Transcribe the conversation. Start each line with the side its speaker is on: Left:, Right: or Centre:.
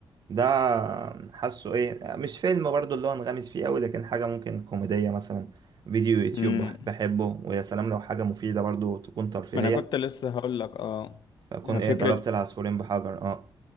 Right: ده حاسه إيه آه، مش فيلم برضو اللي هو انغمس فيه أوي لكن حاجة ممكن كوميدية مثلا فيديو يوتيوب
Left: مم.
Right: بح- بحبه ويا سلام لو حاجة مفيدة برضو تكون ترفيهية
Left: ما انا كنت لسه هقول لك اه
Right: فأكون
Left: يعني
Right: إيه
Left: فكرة
Right: ضربت العصفورين بحجر أه